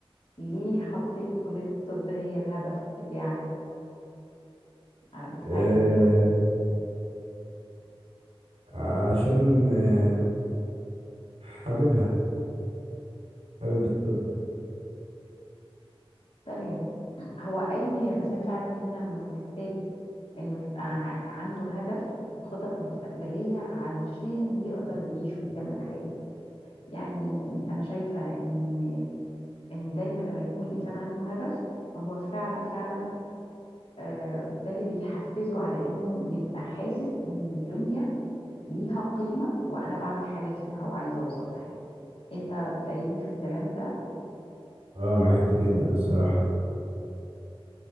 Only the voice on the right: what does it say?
آه،
علشان آه، حاببها حابب الطب
اه معاكي جدا الصراحة